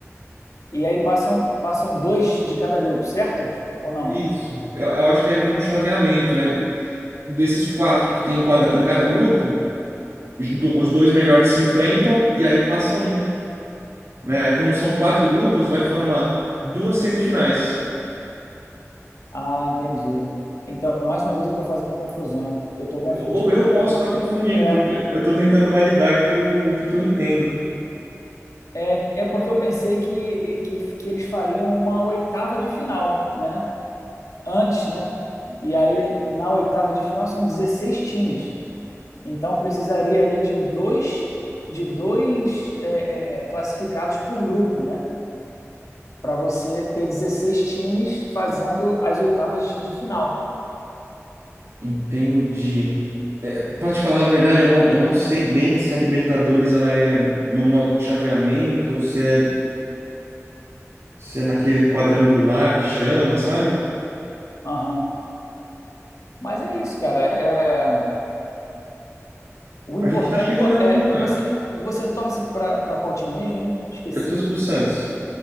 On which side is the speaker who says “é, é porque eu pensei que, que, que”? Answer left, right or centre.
Left